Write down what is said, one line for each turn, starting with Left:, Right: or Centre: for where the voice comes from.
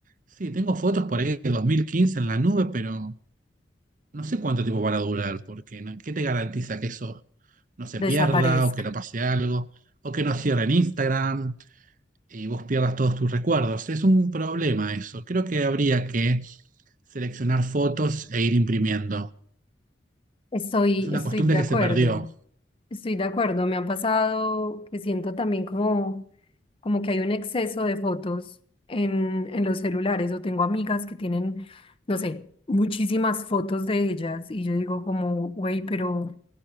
Right: Sí, tengo fotos por ahí de 2015 en la nube, pero no sé cuánto tiempo van a durar, porque ¿no? ¿qué te garantiza que eso no se
Left: Desaparezca.
Right: pierda o que no pase algo, o que nos cierren Instagram y vos pierdas todos tus recuerdos. Es un problema eso. Creo que habría que seleccionar fotos e ir imprimiendo.
Left: Estoy,
Right: Es una
Left: estoy
Right: costumbre
Left: de
Right: que
Left: acuerdo.
Right: se perdió.
Left: Estoy de acuerdo. Me ha pasado que siento también como, como que hay un exceso de fotos en, en los celulares. O tengo amigas que tienen, no sé, muchísimas fotos de ellas. Y yo digo como, güey, pero